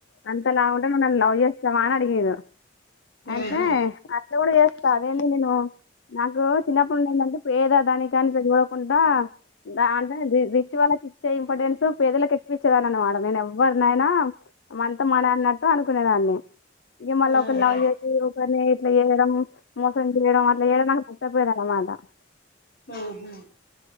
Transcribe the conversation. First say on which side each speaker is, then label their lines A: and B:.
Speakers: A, on the left; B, on the left.
A: అంత లావుంటే నువ్ నన్ను లవ్ చేస్తావా అని అడిగిరు అంతే
B: ఉహూ
A: అట్లా కూడా చేస్తా అదేంది నేను నాకు చిన్నప్పుడున్నుండి ఏంటంటే పేదా దాని కనీ కుంటా అంటే రిచ్ వాళ్లకి రిక్ ఎ ఇంపార్టెన్స్ పేదలకుకి ప్పిచ్చదాన <unintelligible> నేను ఎవరినాయనా అంత మా నాన్న అ అనుకునేదాన్ని ఇంక మళ్ళీ
B: ఆహా
A: ఒకరు లవ్ చేసి ఒకరిని ఇట్లా చేయడం మోసం చేయడం అట్లా చేయడం నాకు నచ్చపోద అన్నమాట
B: మ్ హూ